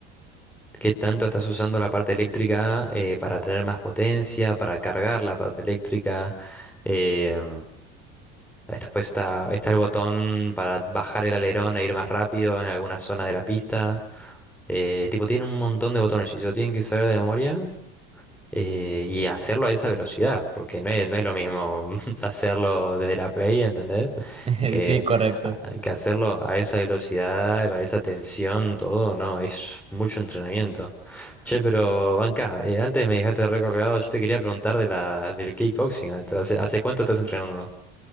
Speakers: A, in the centre; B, on the right.
A: ¿Qué tanto estás usando la parte eléctrica eh, para tener más potencia, para cargar la parte eléctrica? Eh, después está, está el botón para bajar el alerón e ir más rápido en algunas zonas de la pista. Eh, tipo, tiene un montón de botones y se lo tienen que saber de memoria eh, y hacerlo a esa velocidad, porque no es, no es lo mismo <laughs> hacerlo desde la Play, ¿entendés?
B: <laughs>
A: Que,
B: Sí, correcto.
A: que hacerlo a esa velocidad, con esa tensión, todo, no, es mucho entrenamiento. Che, pero Banca, eh, antes me dejaste recolgado, yo te quería preguntar de la, del kickboxing, eh, pero ¿hace, hace cuánto estás entrenando?